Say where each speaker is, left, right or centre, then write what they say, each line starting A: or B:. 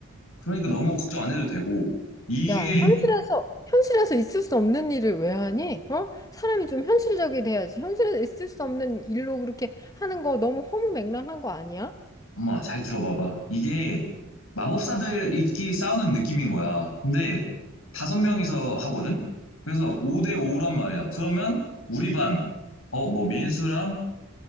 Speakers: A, on the left; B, on the left.
A: 그러니까 너무 걱정 안 해도 되고 이게
B: 야, 현실에서 현실에서 있을 수 없는 일을 왜 하니? 어? 사람이 좀 현실적이 돼야지. 현실에서 있을 수 없는 일로 그렇게 하는 거 너무 허무맹랑한 거 아니야?
A: 엄마, 잘 들어봐봐. 이게 마법사들끼리 싸우는 느낌인 거야. 근데 다섯 명이서 하거든? 그래서 5대 5란 말이야. 그러면 우리 반, 어, 뭐, 민수랑,